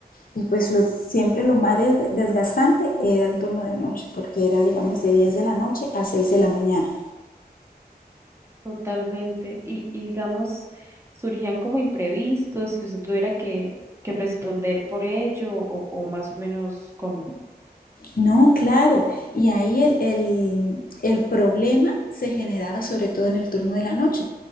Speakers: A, on the left (about 60°); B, on the right (about 15°).
A: Y pues lo, siempre lo más desgastante era el turno de noche, porque era, digamos, de 10 de la noche a 6 de la mañana.
B: Totalmente. Y, y, digamos, surgían como imprevistos, que usted tuviera que, que responder por ello, o, o más o menos como.
A: No, claro, y ahí el, el- el problema se generaba sobre todo en el turno de la noche,